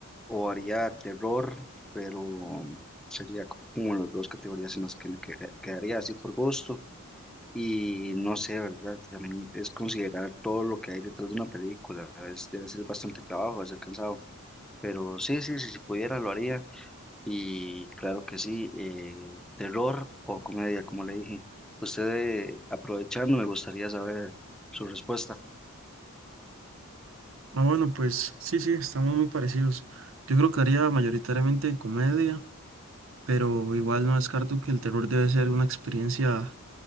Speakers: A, in the centre; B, on the right (about 60°).
A: o haría terror, pero sería como las dos categorías en las que me queda- quedaría así por gusto. Y no sé, ¿verdad? También es considerar todo lo que hay detrás de una película. Es, debe ser bastante trabajo, debe ser cansado. Pero sí, sí, sí, si pudiera lo haría. Y claro que sí, eh, terror o comedia, como le dije. Usted, eh, aprovechando, me gustaría saber su respuesta.
B: Ah, bueno, pues sí, sí, estamos muy parecidos. Yo creo que haría mayoritariamente comedia, pero igual no descarto que el terror debe ser una experiencia